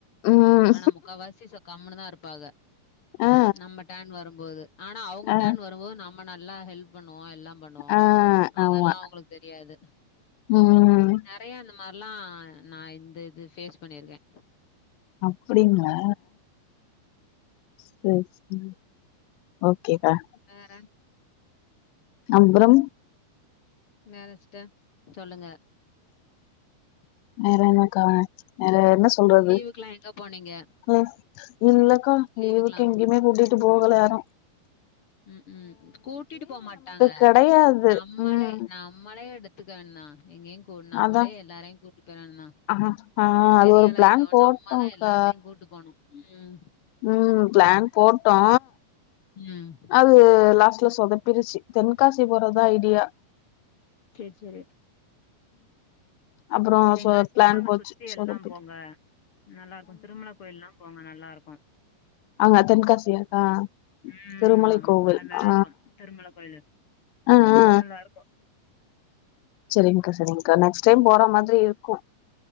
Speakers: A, on the left (about 85°); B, on the left (about 50°).
A: ம்,
B: ஆனா முக்கால்வசிச கம்னு தா இருப்பாங்க
A: ஆ
B: நம்ம டேன் வரும்போது ஆனா அவங்க
A: ஆ
B: டேன் வரும்போது நம்ம நல்லா ஹெல்ப் பண்ணுவோ எல்லாம் பண்ணுவோ
A: ஆ
B: அதெல்லா
A: ஆமா
B: அவ்ங்களுக்கு தெரியாது
A: ம்
B: நெறைய இந்த மாரிலாம் நா இந்த இது பேஃஸ் பண்ணியிருக்கே
A: அப்டிங்களா சேரி சேரி ஓகேடா
B: வேற,
A: அம்பரம்
B: நெனச்சிட்ட சொல்லுங்க
A: வேற என்னக்க வேற என்ன சொல்றது
B: லீவுக்குலாம் எங்க போனீங்க?
A: ம் இல்லக்கா
B: லீவுக்குலாம்.
A: லீவுக்கு எங்கேயுமே கூட்டிட்டு போகல யாரு
B: ம்ஹூம் கூட்டிட்டு போமாட்டாங்க
A: கெடையாது
B: நம்மளே
A: ம்
B: நம்மளே எடுத் துக்கான எங் எங் நம்மளே
A: அதா
B: எல்லாரையும் கூட்டிட்டு போயறானுண்ணா
A: ஆ ஆ
B: பெரியள்
A: அது ஒரு பிளான்
B: ஆயிட்டோ
A: போட்டோம்க்கா
B: நம்மதான் எல்லாத்தையு கூட்டு போணு ம்
A: ம் பிளான் போட்டோ
B: ம்
A: அது லாஸ்ட்ல சொதப்பிருச்சு தென்காசி போறதா ஐடியா
B: செரி செரி
A: ம் அப்புறோ
B: தென்காசி
A: சொ பிளான்
B: போனா அங்க
A: போச்சு
B: சுத்தி
A: சொதப்பிட்டு
B: எல்லாம் போங்க நல்லா இருக்கு திருமலை கோயில் எல்லா போங்க நல்லா இருக்கு
A: அங்க தென்காசியாக்கா
B: ம்
A: திருமலை
B: ஆமா
A: கோவில்
B: மழை மேல
A: ஆ
B: இருக்கு திருமலை கோயிலு
A: ஆ ஆ
B: நல்லா இருக்கு
A: செரிங்க்கா செரிங்க்கா நெக்ஸ்ட் டைம் போற மாரி இருக்கு